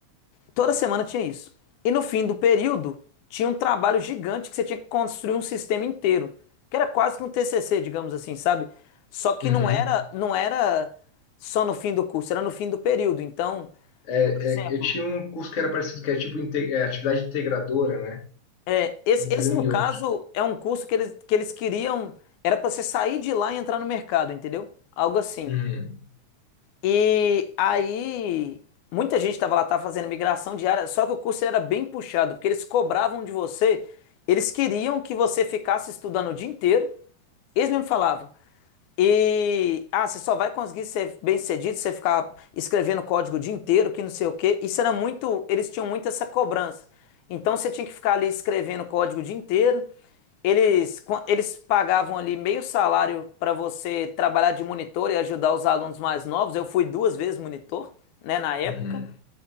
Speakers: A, on the left; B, on the left.
A: Toda semana tinha isso. E no fim do período, tinha um trabalho gigante que você tinha que construir um sistema inteiro, que era quase que um TCC, digamos assim, sabe? Só que
B: uhum.
A: não era, não era só no fim do curso, era no fim do período. Então,
B: É,
A: por exemplo,
B: é, eu tinha um curso que era parecido, que era tipo inte- é, atividade integradora, né?
A: é, esse,
B: Entre
A: esse
B: um
A: no
B: e
A: caso
B: outro.
A: é um curso que eles, que eles queriam, era para você sair de lá e entrar no mercado, entendeu? Algo assim.
B: Uhum,
A: E aí, muita gente estava lá, estava fazendo migração diária, só que o curso ele era bem puxado, porque eles cobravam de você, eles queriam que você ficasse estudando o dia inteiro, eles mesmo falavam. E, ah, você só vai conseguir ser bem-sucedido se você ficar escrevendo código o dia inteiro, que não sei o quê. Isso era muito, eles tinham muito essa cobrança. Então você tinha que ficar ali escrevendo código o dia inteiro eles, quan- eles pagavam ali meio salário para você trabalhar de monitor e ajudar os alunos mais novos. Eu fui duas vezes monitor, né, na época.
B: uhum,